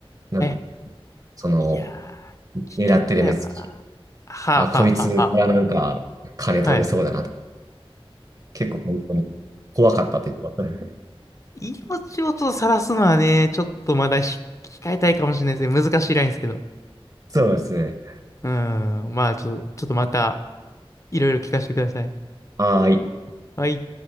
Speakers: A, on the right; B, on the left.
A: なんか、
B: え。
A: その、
B: いやー、
A: 狙ってる目つき。
B: 危険だよな。はあはあはあは
A: あ、こいつがなんか金取れそうだなって。
B: あ。はい。
A: 結構本当に怖かったって言ってましたね。
B: 命をちょっと晒すのはね、ちょっとまだひ控えたいかもしれないですね。難しいラインですけど。
A: <laughs> そうですね。
B: うーん。まあ、ちょ、ちょっとまた、いろいろ聞かせてください。
A: はーい。
B: はい。